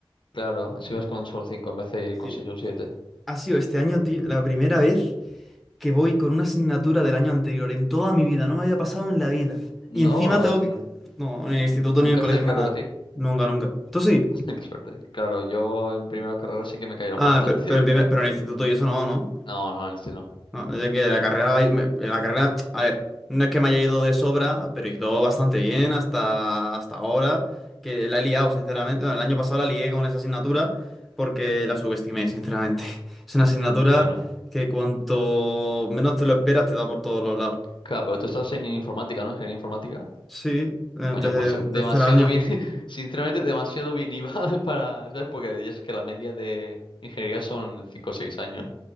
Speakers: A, on the left; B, in the centre.
A: Claro, si vas con solo 5, en vez de ir con
B: Sí.
A: seis o siete.
B: Ha sido este año, tío, la primera vez que voy con una asignatura del año anterior. En toda mi vida, no me había pasado en la vida.
A: No,
B: Y encima
A: bueno,
B: tengo
A: en-
B: que... No, en el instituto
A: nunca
B: ni en el colegio,
A: has tenido
B: nada.
A: que repetir.
B: Nunca, nunca. ¿Tú sí?
A: <laughs> Qué suerte. Claro, yo en primera carrera sí que me cayeron
B: Ah,
A: bastante.
B: pero, pero en primer-
A: <laughs>
B: pero en el instituto y eso no, ¿no?
A: No, no, en este no.
B: No, es que la carrera, me- la carrera, a ver, no es que me haya ido de sobra, pero he ido bastante bien hasta, hasta ahora, que la he liado, sinceramente. Bueno, el año pasado la lié con esa asignatura porque la subestimé, sinceramente. <laughs> Es una asignatura
A: Mm, Bueno,
B: que cuanto menos te lo esperas te da por todos los lados.
A: claro, pero tú estás en informática, ¿no? Ingeniería informática.
B: Sí, en
A: Coño,
B: te-
A: pues em, demasiado
B: tercer año.
A: bien, <laughs> sinceramente, demasiado bien ibas <laughs> para, ¿sabes? Porque ya sé que la media de ingeniería son 5 o 6 años.